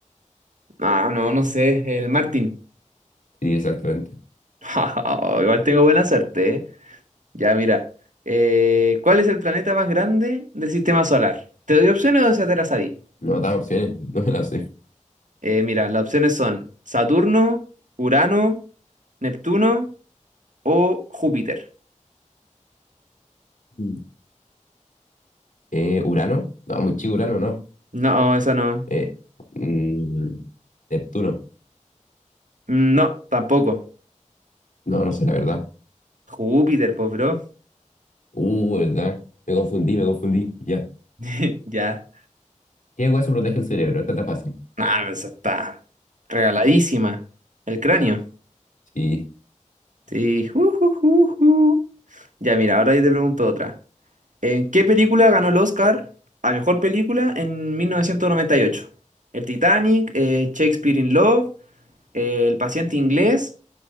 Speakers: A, on the right; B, on the left.
A: Ah, no, no sé. El Martin.
B: Sí, exactamente.
A: <laughs> Igual tengo buena suerte, ¿eh? Ya, mira. Eh, ¿cuál es el planeta más grande del sistema solar? ¿Te doy opciones o ya te las sabí?
B: No dan opciones, <laughs> no me las sé.
A: Eh, mira, las opciones son Saturno, Urano, Neptuno o Júpiter.
B: Mm. Eh, ¿Urano? No, muy chico Urano, no.
A: No, esa no.
B: Eh, mm, Neptuno.
A: Mm, No, tampoco.
B: No, no sé, la verdad.
A: Júpiter, pues, bro.
B: Uh, verdad. Me confundí, me confundí. Ya.
A: <laughs> Ya.
B: ¿Qué hueso protege el cerebro? Esta está fácil.
A: Ah, pero esa está regaladísima. El cráneo.
B: Sí.
A: Sí. ju, ju, ju, ju. Ya, mira, ahora yo te pregunto otra. ¿En qué película ganó el Oscar a mejor película en mil novecientos noventa y ocho ¿El Titanic, eh, Shakespeare in Love, eh, El paciente inglés